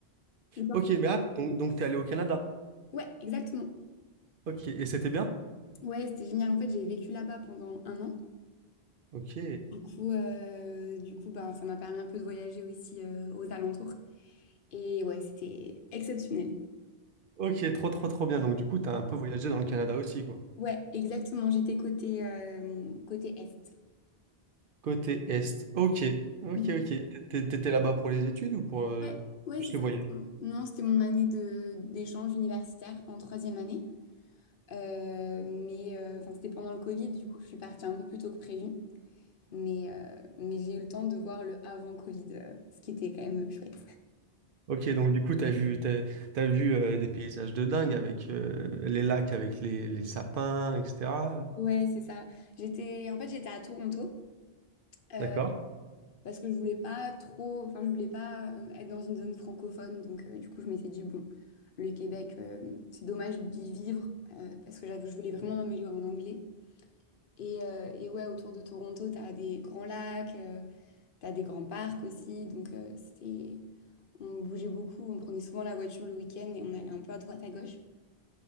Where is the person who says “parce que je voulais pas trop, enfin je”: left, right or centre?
Left